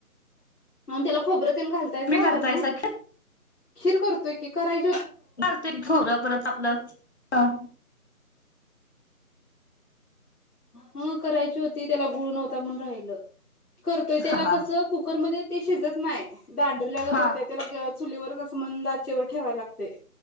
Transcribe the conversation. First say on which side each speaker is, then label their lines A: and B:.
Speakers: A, on the left; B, on the left.
A: आणि त्याला खोबरं त. घालताये
B: तुम्ही
A: सा
B: करतायसा
A: वरन. खीर करतोय की करा ई.
B: चालतो एक खोरं परत आपलं ह.
A: ह करायची होती त्याला गुळ नव्हता म्हण राहिलं करतोय त्याला
B: हा हा
A: कस कुकरमध्ये ती शिजत नाय दांडर ल्यागत
B: हा
A: होतोय त्याला गिळत चुलीवरच अस मंद आचेवर ठेवाय लागतंय